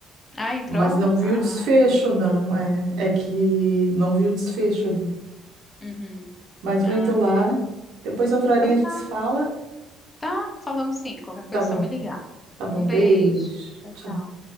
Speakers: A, on the left (about 30°); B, on the right (about 70°).
A: Ah, entrou?
B: Mas não vi
A: Ah,
B: o desfecho, não. É, é que não vi o desfecho ali.
A: uhum.
B: Mas vou
A: Ah,
B: indo lá. Depois outra horinha
A: então
B: a gente
A: tá.
B: se fala.
A: Tá, falamos sim. Qualquer coisa
B: Tá bom,
A: é só me ligar.
B: tá bom.
A: Um
B: Beijo.
A: beijo. Tchau,
B: Tchau.
A: tchau.